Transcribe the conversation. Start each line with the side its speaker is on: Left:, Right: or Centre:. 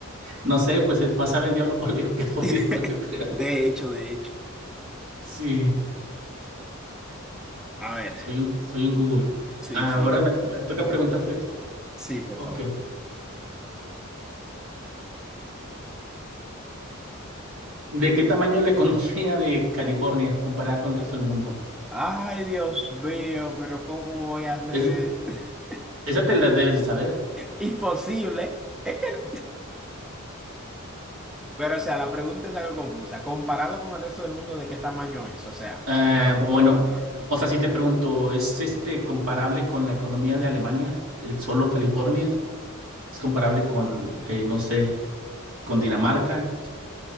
Right: No sé, pues es más sabe el diablo por viejo que por
Centre: <laughs>
Right: diablo, yo creo.
Centre: De hecho, de hecho.
Right: Sí.
Centre: A ver,
Right: Soy un, soy un Google.
Centre: sí,
Right: Ahora
Centre: sí,
Right: me, me toca preguntarte,
Centre: sí, por
Right: ok,
Centre: favor.
Right: ¿de qué tamaño es la economía de California comparada con el resto del mundo?
Centre: Ay, Dios mío, pero ¿cómo voy a hacer
Right: Es-
Centre: eso? <laughs>
Right: esa te la debes de saber.
Centre: Imposible. Es que, pero, o sea, la pregunta es algo confusa. Comparado con el resto del mundo, ¿de qué tamaño es? O sea,
Right: Ah,
Centre: pero ¿cómo
Right: bueno,
Centre: lo comparo?
Right: o sea, si te pregunto, ¿es este comparable con la economía de Alemania, el solo California? ¿Es comparable con, eh, no sé, con Dinamarca?